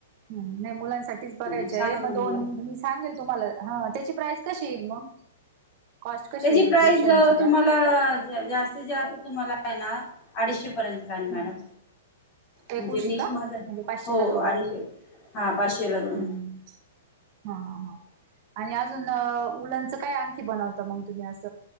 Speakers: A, on the right; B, on the left.
A: हम्म नाही मुलांसाठीच बघायचय
B: सांगा
A: मग दोन
B: मला
A: मी सांगेल तुम्हाला हा त्याची प्राइस कशी येईल मग? कॉस्ट कशी
B: त्याची
A: येईल
B: प्राईज
A: उशांची त्या
B: तुम्हाला जास्तीत जास्त तुम्हाला आहे ना अडीचशे पर्यंत जाईल मॅडम
A: हम्म
B: म्हणजे
A: एक उशी
B: मी
A: का
B: माझं
A: म्हणजे पाचशेला
B: हो
A: दोन
B: अडीचशे हा पाचशेला दोन
A: हम्म हा हा आणि अजून अ उलेन चा काय आणखी बनवता मग तुम्ही अस